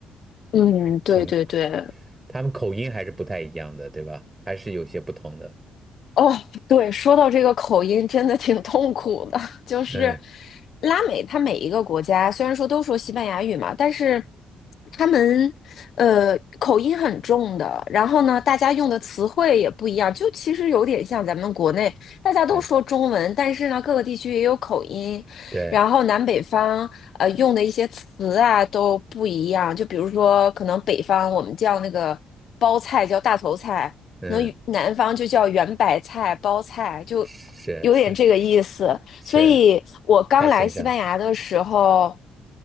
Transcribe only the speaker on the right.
从他们口音还是不太一样的，对吧？还是有些不同的。
嗯，
对
对，
嗯，
是是
是，
太形象了。